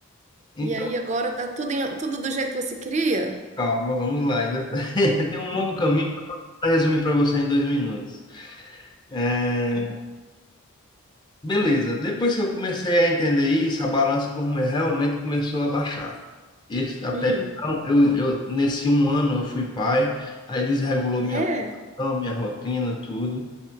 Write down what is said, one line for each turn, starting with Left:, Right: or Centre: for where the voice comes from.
Left: Então,
Right: E aí agora tá tudo, em- tudo do jeito que você queria?
Left: calma, vamos lá. Ainda tá- <laughs> tem um longo caminho para resumir para você em dois minutos. É, Beleza, depois que eu comecei a entender isso, a balança como realmente começou a baixar. Esse, até
Right: Hum.
Left: então, eu, eu, nesse um ano eu fui pai, aí desregulou minha,
Right: É.
Left: alimentação, minha rotina, tudo.